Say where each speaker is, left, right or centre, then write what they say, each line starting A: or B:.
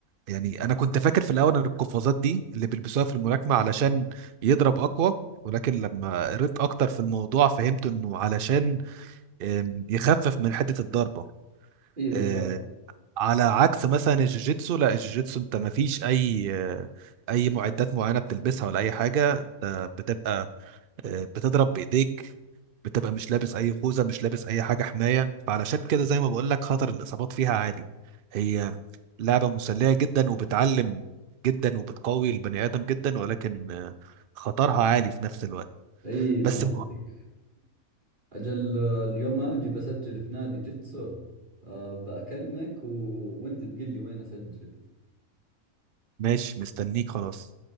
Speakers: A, on the right (about 70°); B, on the right (about 35°).
A: يعني أنا كنت فاكر في الأول إن القفازات دي اللي بيلبسوها في الملاكمة علشان يضرب أقوى ولكن لما قريت أكتر في الموضوع فهمت إنه علشان آم، يخفف من حدة الضربة
B: اي بالضبط
A: آه، على عكس مثلا الجوجيتسو لا الجوجيتسو أنت مفيش أي آه، أي معدات معينة بتلبسها ولا أي حاجة آه، بتبقى آه، بتضرب بإيديك بتبقى مش لابس اي خوذه مش لابس اي حاجه حمايه فعلشان كده زي ما بقول لك خطر الاصابات فيها عالي هي لعبه مسليه جدا وبتعلم جدا وبتقوي البني ادم جدا ولكن آه، خطرها عالي في نفس الوقت
B: اي
A: بس
B: فهمتك اجل آه، اليوم اجي بسجل في نادي جيتسو آه، بأكلمك و... وانت تقول لي وين اسجل
A: ماشي مستنيك خلاص